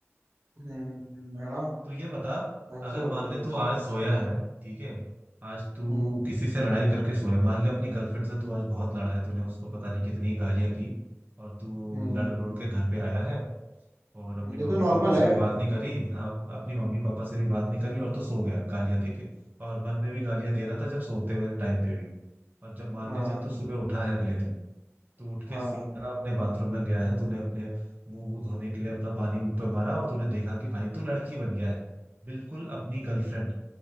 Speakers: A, on the right; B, on the right.
A: हम्म है ना
B: तू ये बता
A: ऐसा
B: अगर
A: हो
B: मान
A: जाना
B: ले
A: चाहिए
B: तू आज
A: कुछ
B: सोया है ठीक है आज तू
A: हम्म
B: किसी से लड़ाई करके सोया मान ले अपनी गर्लफ्रेंड से तू आज बहुत लड़ा है तूने उसको पता नहीं कितनी गालियां दी और तू
A: हम्म
B: लड़ लड़ के घर पे आया है और अपनी मम्मी
A: ये तो नॉर्मल
B: पापा से
A: है
B: भी बात नहीं करी हाँ अपनी मम्मी पापा से भी बात नहीं करी और तू सो गया गालियां दे के और मन में भी गालियां दे रहा था जब सोते हुए टाइम पे भी और जब मान
A: हाँ
B: ले जब तू सुबह उठा है अगले दिन तू उठ के
A: हाँ
B: सीधा अपने बाथरूम में गया है तूने अपने मुंह वूह धोने के लिए अपना पानी मुंह पे मारा और तूने देखा कि भाई तू लड़की बन गया है बिल्कुल अपनी गर्लफ्रेंड